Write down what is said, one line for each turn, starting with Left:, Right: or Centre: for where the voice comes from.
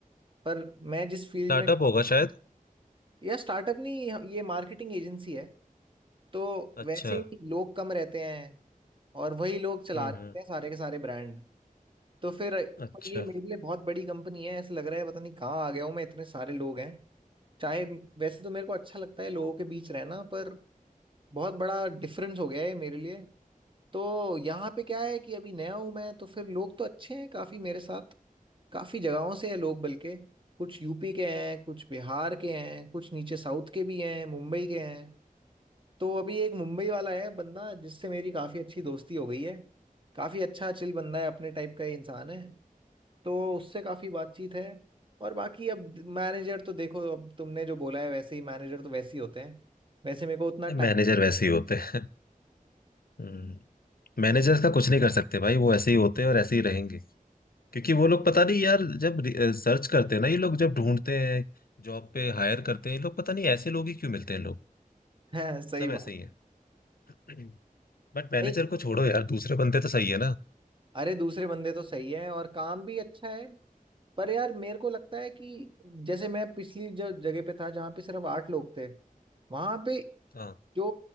Right: पर मैं जिस फील्ड
Left: स्टार्टअप
Right: में काम
Left: होगा शायद
Right: या स्टार्टअप नहीं ये मार्केटिंग एजेंसी है तो
Left: अच्छा
Right: वैसे ही लोग कम रहते हैं और वही लोग चला
Left: हम्म
Right: रहे
Left: हम्म
Right: हैं सारे के सारे ब्रांड तो फिर
Left: अच्छा
Right: और ये मेरे लिए बहुत बड़ी कंपनी है ऐसे लग रहा है पता नहीं कहाँ आ गया हूँ मैं इतने सारे लोग हैं चाहे वैसे तो मेरे को अच्छा लगता है लोगों के बीच रहना पर बहुत बड़ा डिफरेंस हो गया है मेरे लिए तो यहाँ पे क्या है कि अभी नया हूँ मैं तो फिर लोग तो अच्छे हैं काफी मेरे साथ काफी जगहों से है लोग बल्कि कुछ यूपी के हैं कुछ बिहार के हैं कुछ नीचे साउथ के भी हैं मुंबई के हैं तो अभी एक मुंबई वाला है बंदा जिससे मेरी काफी अच्छी दोस्ती हो गई है काफी अच्छा चिल बंदा है अपने टाइप का ही इंसान है तो उससे काफी बातचीत है और बाकी अब मैनेजर तो देखो अब तुमने जो बोला है वैसे ही मैनेजर तो वैसे ही होते हैं वैसे मेरे को उतना टाइम
Left: मैनेजर वैसे ही होते हैं हम्म मैनेजर्स का कुछ नहीं कर सकते भाई वो ऐसे ही होते हैं और ऐसे ही रहेंगे क्योंकि वो लोग पता नहीं यार जब सर्च करते हैं ना ये लोग जब ढूंढते हैं जॉब पे हायर करते हैं ये लोग पता नहीं ऐसे लोग ही क्यों मिलते हैं लोग
Right: है <laughs> सही
Left: सब
Right: बात
Left: ऐसे ही हैं
Right: है
Left: <clears throat> बट मैनेजर
Right: नहीं
Left: को छोड़ो यार दूसरे बंदे तो सही है ना
Right: अरे दूसरे बंदे तो सही है और काम भी अच्छा है पर यार मेरे को लगता है कि जैसे मैं पिछली जो जगह पे था जहाँ पे सिर्फ आठ लोग थे वहां पे
Left: हाँ
Right: जो